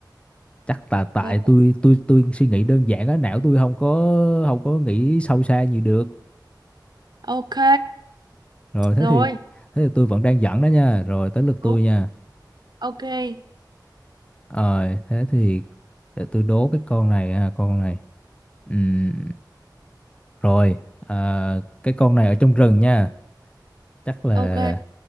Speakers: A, on the left (about 15°); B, on the right (about 65°).
A: chắc là tại
B: Rồi,
A: tôi tôi tôi suy nghĩ đơn giản á não tôi không có không có nghĩ sâu xa nhiều được
B: Ok.
A: rồi thế
B: Rồi.
A: thì thế thì tôi vẫn đang dẫn đó nha rồi tới lượt tôi
B: Đúng.
A: nha
B: Ok.
A: rồi thế thì để tôi đố cái con này ha, con này Ừm, rồi à, cái con này ở trong rừng nha chắc là
B: Ok.